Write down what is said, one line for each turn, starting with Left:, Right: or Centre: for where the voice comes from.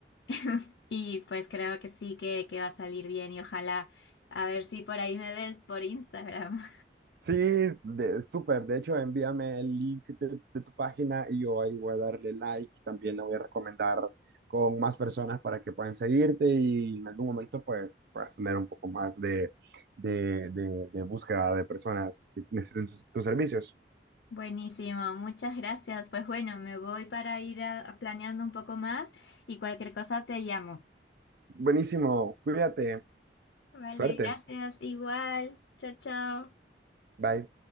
Left: <laughs> y pues creo que sí que, que va a salir bien y ojalá a ver si por ahí me ves por Instagram.
Right: Sí, de, súper. De hecho, envíame el link de, de tu página y yo ahí voy a darle like y también la voy a recomendar con más personas para que puedan seguirte y en algún momento pues puedas tener un poco más de, de, de, de búsqueda de personas que necesiten tus tus servicios.
Left: <laughs> Buenísimo, muchas gracias. Pues bueno, me voy para ir a- a planeando un poco más y cualquier cosa te llamo.
Right: Buenísimo, cuídate,
Left: Vale,
Right: suerte,
Left: gracias, igual. Chao, chao.
Right: bye.